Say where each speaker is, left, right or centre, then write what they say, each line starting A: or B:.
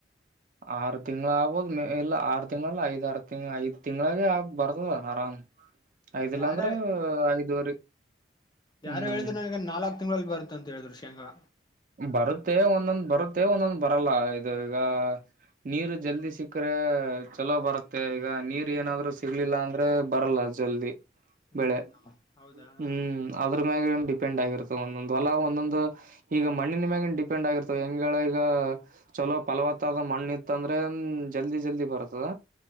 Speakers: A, on the right; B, on the left.
A: ಆರು ತಿಂಗಳ ಆಗ್ಬೋದು ಮ ಇಲ್ಲ ಆರು ತಿಂಗಳ ಐದ್ ಆರು ತಿ ಐದು ತಿಂಗಳ ಆಗ್ ಬರ್ತ ಆರಾಮ್ ಐದಿಲ್ಲ
B: ಯಾರ
A: ಅಂದ್ರ ಐದುವರಿ
B: ಯಾರು
A: ಹ್ಮ್
B: ಹೇಳಿದ್ರು ನನಗೆ ನಾಲ್ಕ್ ತಿಂಗಳಲ್ಲಿಲ್ ಬರುತ್ತ ಅಂತ ಹೇಳಿದ್ರು ಶೇಂಗಾ
A: ಬರುತ್ತೆ ಒಂದೊಂದ್ ಬರುತ್ತೆ ಒಂದೊಂದ್ ಬರಲ್ಲ ಇದು ಈಗ ನೀರು ಜಲ್ದಿ ಸಿಕ್ಕ್ರೆ ಚಲೋ ಬರುತ್ತೆ ಈಗ ನೀರ್ ಏನಾದ್ರರು ಸಿಗ್ಲಿಲ್ಲ ಅಂದ್ರೆ ಬರಲ್ಲ.... ಜಲ್ದಿ
B: ಹ್ಮ್
A: ಬೆಳೆ
B: ಹೌದಾ ಹ
A: ಹ್ಮ್ ಅದ್ರ ಮ್ಯಾಗ ಡಿಪೆಂಡ್ ಆಗಿರುತ್ತೆ ಒಂದೊಂದು ಅಲ್ಲ ಒಂದು ಹೋಲ ಒಂದೊಂದು. ಈಗ ಮಣ್ಣಿನ ಮ್ಯಾಗನ್ ಡಿಪೆಂಡ್ ಆಗಿರ್ತವೆ ಹೆಂಗ್ಗಳ ಈಗ ಚಲೋ ಫಲವತ್ತಾದ ಮಣ್ಣ ಇತ್ತ ಅಂದ್ರೆ ಜಲ್ದಿ ಜಲ್ದಿ ಬರ್ತದ